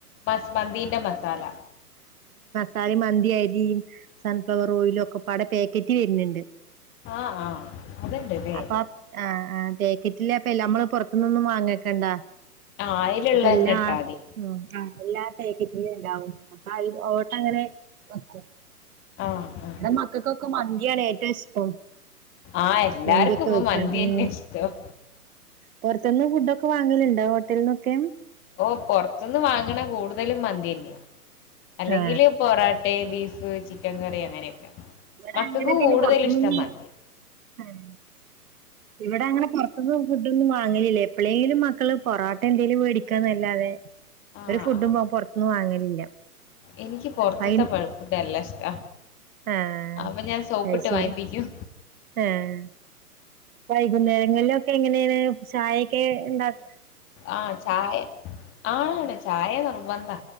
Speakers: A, on the left (about 25°); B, on the right (about 60°).
A: മന്ത് മന്തിന്റെ മസാല
B: താഴെ മന്തിയരിയും സൺഫ്ലവർ ഓയിലും ഒക്കെ പടെ പാക്കറ്റ് വരുന്നുണ്ട്
A: ആഹ് ആഹ് അത്ണ്ട്ല്ലേ
B: അപ്പൊ ആ ആ പാക്കറ്റിൽ ലപ്പ നമ്മള് പുറത്തു നിന്നൊന്നും വാങ്ങിക്കേണ്ടാ
A: ആഹ് അയില്ള്ളന്നെ
B: അപ്പ എല്ലാ
A: ഇട്ടാതി
B: ആഹ് എല്ലാ ടൈപ്പ് ഉണ്ടാവും അപ്പൊ അതിലോട്ട് അങ്ങനെ വെക്കും
A: ആഹ് ആഹ്
B: ഇടെ മക്കൾക്കൊക്കെ മന്തിയാണ് ഏ ഇഷ്ടം
A: ആഹ് എല്ലാർക്കും
B: മന്തിയൊക്കെ
A: ഇപ്പൊ
B: വെക്കാൻ
A: മന്തിയന്നെ
B: മ്
A: ഇഷ്ടം
B: പുറത്തുന്ന് ഫുഡൊക്കെ വാങ്ങലുണ്ടോ ഹോട്ടലിന്നൊക്കെ
A: ഓഹ് പുറത്തുനിന്നു വാങ്ങണ കൂടുതലും മന്തി തന്നെയ അല്ലെങ്കില്
B: ആ
A: പൊറോട്ടെ ബീഫ് ചിക്കൻ കറി അങ്ങനെയൊക്കെ
B: ഇവിടെ
A: മക്കക്ക്
B: അങ്ങനെ പിന്നെ
A: കൂടുതലും
B: പുറത്തനിന്നും
A: ഇഷ്ടം മന്തിയാ
B: <inaudible> ഇവിടെ അങ്ങനെ പുറത്ത് ഫുഡ് ഒന്നും വാങ്ങലില്ലേ എപ്പോഴെങ്കിലും മക്കള് പൊറോട്ട എന്തെങ്കിലും മേടിക്കാന്നല്ലാതെ
A: ആഹ്
B: ഒരു ഫുഡും
A: ആഹ്
B: പുറത്തുന്നു വാങ്ങലില്ല
A: എനിക്ക് പൊറത്തെത്തെ
B: വൈ
A: <unintelligible> ഇഷ്ട
B: ആഹ്
A: അപ്പോ ഞാൻ സോപ്പിട്ട്
B: അത് ശരി
A: വാങ്ങിപിക്കും
B: ആഹ് വൈകുന്നേരങ്ങളിലൊക്കെ എങ്ങനെയാണ് ചായൊക്കെ ഉണ്ടക്
A: ആഹ് ചായ ആണ് ചായ നിർബന്താ